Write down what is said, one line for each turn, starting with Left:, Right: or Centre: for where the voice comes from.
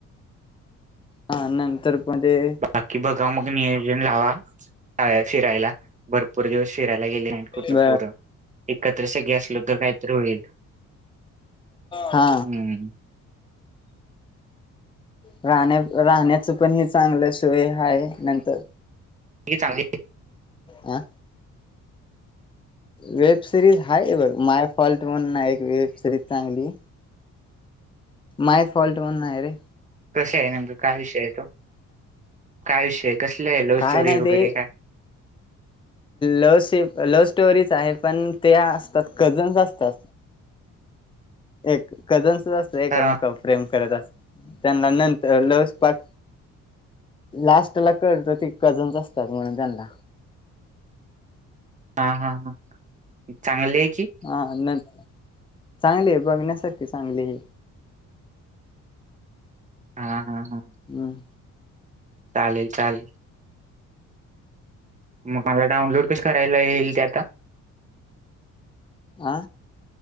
Left: हा नंतर पण ते
Right: बाकी बघा मग नियोजन लावा जाव्या फिरायला भरपूर दिवस फि ला गेले नाही कुठ
Left: ब
Right: पोर एकत्र सगळे असलो तर काहीतरी होईल
Left: हा
Right: हम्म
Left: राहण्या राहण्याचं पण हे चांगलं सोय हाय नंतर
Right: ही चांगली
Left: आं वेब सिरीज हाय बघ मायफॉल्ट म्हणून हाय एक वेब सिरीज चांगली. मायफॉल्ट म्हणून हाय रे.
Right: कसे आहे नेमकं काय विषय आहे तो काय विषय आहे? कसले आहे लव्ह
Left: काय
Right: स्टोरी
Left: नाही
Right: वगैरे
Left: ते
Right: काय?
Left: लव्ह स लव्ह स्टोरीच आहे पण ते असतात कझन्स असतात. एक कझन्स असतं एका
Right: हा
Left: मेकावर प्रेम करतास त त्यांना नंतर लवस्पाक लास्ट ला कळतं ते कझन्स असतात म्हणून त्यांना
Right: हा हा हा चांगली की
Left: हा हा नंत चांगले आहे बघण्यासारखी चांगली हे.
Right: हा. हा हा
Left: हम्म.
Right: चालेल चाल म मला डाउनलोड कशी करायला येईल ते आता?
Left: आ